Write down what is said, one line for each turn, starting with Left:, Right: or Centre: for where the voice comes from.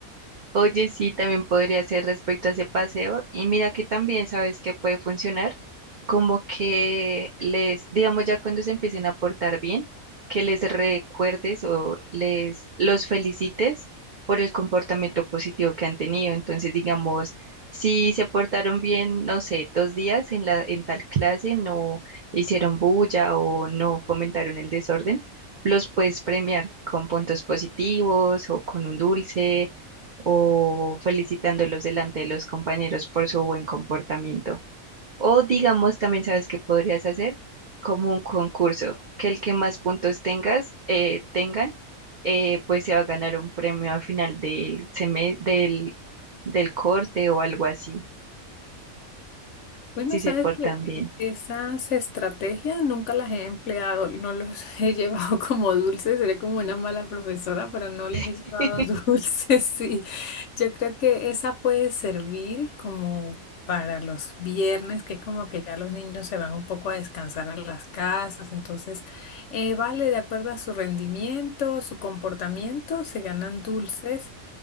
Right: Oye, sí, también podría ser respecto a ese paseo. Y mira que también sabes que puede funcionar, como que les, digamos ya cuando se empiecen a portar bien, que les recuerdes o les los felicites por el comportamiento positivo que han tenido. Entonces, digamos, si se portaron bien, no sé, dos días en la, en tal clase, no hicieron bulla o no fomentaron el desorden, los puedes premiar con puntos positivos o con un dulce o felicitándolos delante de los compañeros por su buen comportamiento. O digamos, también sabes que podrías hacer como un concurso, que el que más puntos tengas, eh, tengan, eh, pues se va a ganar un premio al final del, seme- del, del corte o algo así,
Left: Bueno,
Right: si
Left: sabes
Right: se portan
Left: que e-,
Right: bien.
Left: esas estrategias nunca las he empleado, no los <laughs> he llevado como dulces, seré como una mala profesora, pero no les he
Right: <laughs>
Left: llevado <laughs> dulces, sí. Yo creo que esa puede servir como para los viernes, que como que ya los niños se van un poco a descansar a las casas, entonces, eh, vale, de acuerdo a su rendimiento, su comportamiento, se ganan dulces.